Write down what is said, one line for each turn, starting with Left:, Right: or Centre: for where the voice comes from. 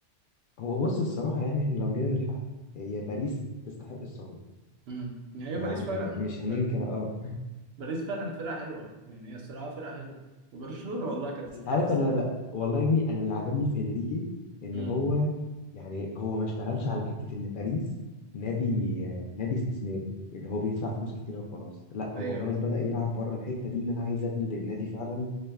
Left: هو بص الصراحه يعني احنا لو جينا للحق هي باريس تستحق الصعود
Right: امم يعني هي
Left: يعني
Right: باريس فعلا
Left: م- مش هننكر
Right: بار-
Left: اه
Right: باريس فعلا فرقة حلوة يعني هي الصراحة فرقة حلوة وبرشلونة والله كانت تستحق
Left: انت عارف
Right: الصوت
Left: انا لا والله يا ابني انا اللي عجبني في انريكي ان
Right: امم
Left: هو يعني هو ما اشتغلش على حته ان باريس نادي آه، نادي استثماري اللي هو بيدفع فلوس كتيره وخلاص لا هو
Right: ايوه
Left: خلاص بدأ يلعب بره الحته دي ان انا عايز ابني للنادي فعلا